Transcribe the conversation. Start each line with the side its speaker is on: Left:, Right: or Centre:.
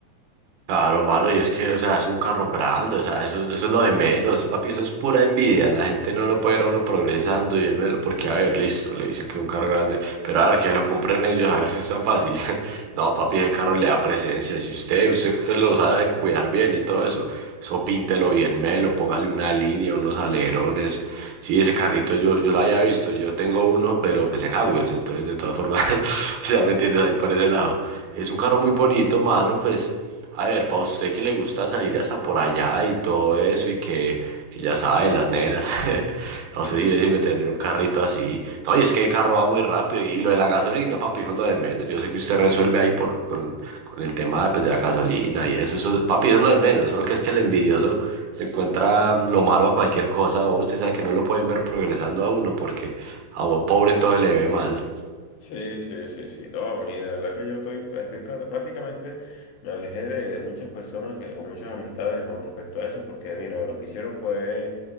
Right: Claro, mano, y es que, o sea, es un carro grande, o sea, eso, es- eso es lo de menos, papi, eso es pura envidia, la gente no lo puede ver a uno progresando y él me lo, porque, a ver, listo, le dicen que es un carro grande, pero a ver, que lo compren ellos, a ver si es tan fácil. <laughs> No, papi, ese carro le da presencia, si usted, usted que lo sabe cuidar bien y todo eso, eso píntelo bien, melo, póngale una línea, unos alerones, sí, ese carrito yo, yo lo había visto, yo tengo uno, pero pues en Hadwells, entonces, de todas formas, <laughs> o sea, ¿me entiendes? Ahí por ese lado. Es un carro muy bonito, mano, pues... A ver, para usted que le gusta salir hasta por allá y todo eso y que, que ya sabe, las nenas, <laughs> a
Left: Sí.
Right: usted sí le sirve tener un carrito así. No, y es que el carro va muy rápido y lo de la gasolina, papi, eso es lo de menos. Yo sé que usted resuelve ahí por, con, con el tema pues, de la gasolina y eso, eso, papi, eso es lo de menos. Solo que es que el envidioso le encuentra lo malo a cualquier cosa. o Usted sabe que no lo pueden ver progresando a uno porque a un pobre todo se le ve mal.
Left: Sí, sí, sí, sí. No, a de verdad que yo estoy, pues, estoy tra- prácticamente me alejé de, de muchas personas que, o muchas amistades con respecto a eso, porque mira, lo que hicieron fue